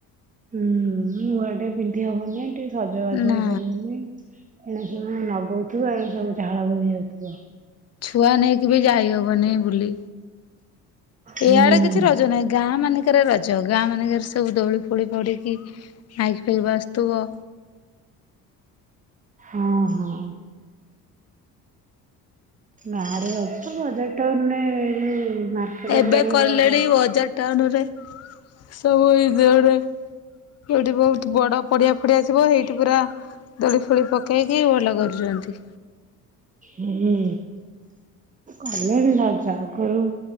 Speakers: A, on the right (about 15°); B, on the left (about 35°).
A: ହୁଁ, ନୁଆଟେ ପିନ୍ଧି ହବନି। ଟିକେ ସଜବାଜ
B: ନା
A: ହେଇପାରିବନି। ଏଣେ ସବୁ ନଗଉଥିବ ଏଣ ସବୁ ଝାଳ ବୋହିଯାଉଥିବ।
B: ଛୁଆ ନେଇକି ବି ଯାଇ ହବନି ବୁଲି।
A: ହୁଁ।
B: ଏଇଆଡେ କିଛି ରଜ ନାହିଁ, ଗାଁ ମାନଙ୍କରେ ରଜ, ଗାଁ ମାନଙ୍କରେ ସବୁ ଦୋଳି ଫୋଳି ପଡିକି, ମାଇକି ଫାଇକ ବାଜୁଥିବ।
A: ହଁ ହଁ। ଗାଁରେ ଅଛ, ବଜାର ଟାଉନ୍ ରେ ଏଇ ଯୋଉ ମାର୍କେଟ
B: ଏବେ
A: ଉପରେ ଆମର
B: କଲେଣି
A: ଯାହାର
B: ବଜାର ଟାଉନ୍ ସବୁ ଏଇ ଯଉରେ, ଯଉଠି ବହୁତ ବଡ ପଡିଆ ଫଡିଆ ଥିବ, ସେଇଠି ପୁରା ଦୋଳି ଫୁଳି ପକେଇକି ଭଲ କରୁଛନ୍ତି।
A: ହୁଁଁ, କଲେଣି ରଜ ଆଗରୁ